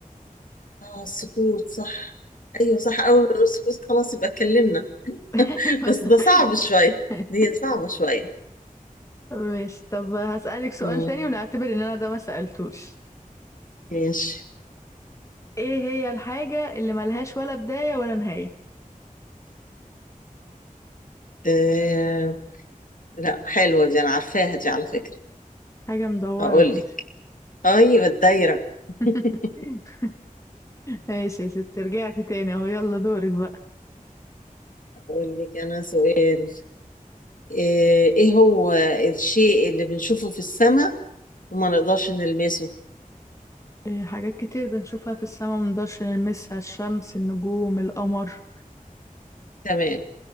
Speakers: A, on the left (about 70°); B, on the left (about 20°).
A: اه السكوت صح ايوه صح اول ما نقول سكوت خلاص يبقى اتكلمنا <laughs>
B: <laughs>
A: بس ده صعب شوية
B: ايوه
A: دي صعبة شوية
B: ماشي طب هسألك سؤال
A: مم،
B: تاني ونعتبر ان انا ده ما سألتوش
A: ماشي
B: ايه هي الحاجة اللي ملهاش ولا بداية ولا نهاية
A: آه لا حلوة دي أنا عارفاها دي على فكرة
B: حاجة مدورة
A: أقول
B: كده
A: لك أيوة الدايرة <laughs>
B: <laughs> ماشي يا ستي رجعت تاني اهو يلا دورك بقى
A: أقول لك أنا سؤال آه إيه هو الشيء اللي بنشوفه في السماء وما نقدرش نلمسه
B: إيه حاجات كتير بنشوفها في السماء منقدرش نلمسها الشمس النجوم القمر
A: تمام